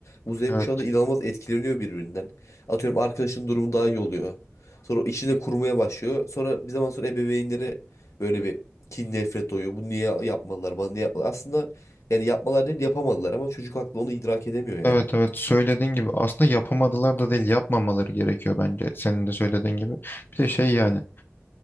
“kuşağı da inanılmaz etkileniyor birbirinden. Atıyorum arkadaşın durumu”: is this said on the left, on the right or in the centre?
Left